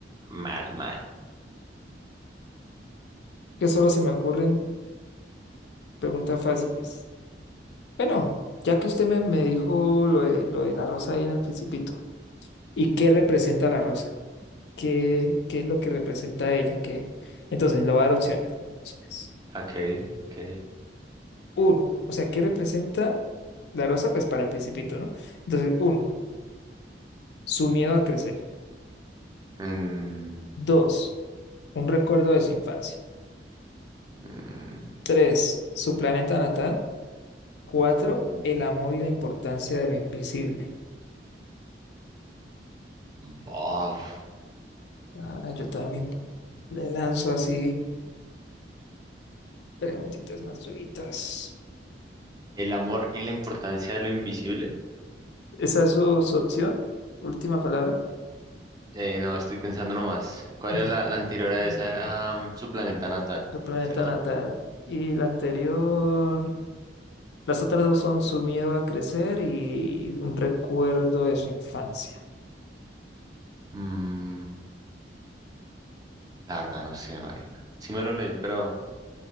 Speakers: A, on the right (about 20°); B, on the left (about 65°).
A: mal, mal.
B: que solo se me ocurren preguntas fáciles. Bueno, ya que usted me, me dijo lo de, lo de la rosa ahí en el principito, ¿y qué representa la rosa? ¿Qué, qué es lo que representa ella? ¿Qué? Entonces, le voy a dar opciones, le voy a dar opciones.
A: Ok, ok.
B: Uno, o sea, ¿qué representa la rosa? Pues para el principito, ¿no? Entonces, uno, su miedo a crecer.
A: Mm,
B: Dos, un recuerdo de su infancia.
A: mm,
B: Tres, su planeta natal. Cuatro,
A: mm.
B: el amor y la importancia de lo invisible.
A: Bof.
B: Ah, yo también le lanzo así preguntitas más duritas.
A: El amor y la importancia de lo invisible.
B: ¿Esa es su, su opción? Última palabra.
A: Eh, no, estoy pensando nomás. ¿Cuál
B: <laughs>
A: era la, la anterior a
B: Ujú.
A: esa? Era mm, su planeta natal,
B: Su planeta
A: ¿cierto?
B: natal. Y la anterior. Las otras dos son su miedo a crecer y un recuerdo de su infancia.
A: Mm, la verdad, no sé, marica. Sí me lo leí, pero,